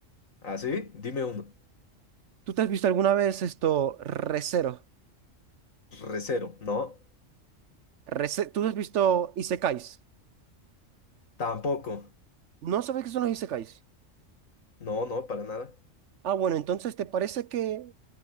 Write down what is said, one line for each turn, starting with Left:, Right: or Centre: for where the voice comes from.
Left: ¿Ah, sí? Dime uno.
Right: ¿Tú te has visto alguna vez esto, Re:Zero?
Left: Recero, ¿no?
Right: Reze- ¿Tú has visto Isekais?
Left: Tampoco.
Right: ¿No sabes qué son los Isekais?
Left: No, no, para nada.
Right: Ah, bueno, entonces te parece que,